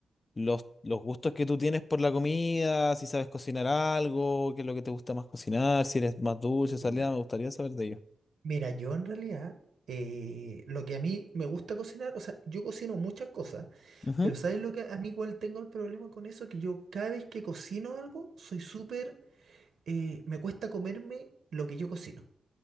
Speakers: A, on the left; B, on the right.
A: los, los gustos que tú tienes por la comida, si sabes cocinar algo, qué es lo que te gusta más cocinar, si eres más dulce, salida,
B: que Mira,
A: me gustaría saber de ello.
B: mira, yo en realidad, eh, lo que a mí me gusta cocinar, o sea, yo cocino muchas cosas,
A: Ujú.
B: pero ¿sabes lo que a mí igual tengo el problema con eso? Que yo cada vez que cocino algo, soy súper, eh, me cuesta comerme lo que yo cocino.